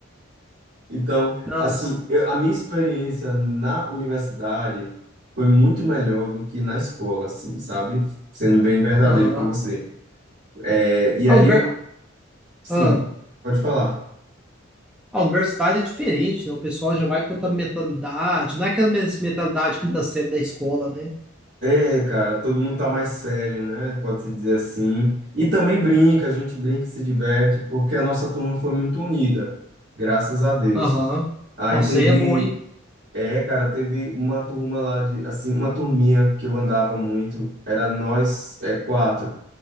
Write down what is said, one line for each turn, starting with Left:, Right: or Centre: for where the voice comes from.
Right: Então,
Centre: Não.
Right: assim,
Centre: s-
Right: eu- a minha experiência na universidade foi muito melhor do que na escola, assim, sabe? Sendo bem verdadeiro
Centre: Aham.
Right: com você. É, e aí
Centre: A, univer-
Right: eu, sim,
Centre: ah,
Right: pode falar.
Centre: a universidade é diferente, né? O pessoal já vai com outra mentalidade. Não é aquela mes- mentalidade quinta série da escola, né?
Right: É, cara, todo mundo tá mais sério, né? Pode-se dizer assim. E também brinca, a gente brinca, se diverte, porque a nossa turma foi muito unida, graças a Deus.
Centre: Aham.
Right: Aí
Centre: Nossa,
Right: teve,
Centre: aí é bom, hein?
Right: é, cara, teve uma turma lá de, assim, uma turminha que eu andava muito, era nós, é, quatro.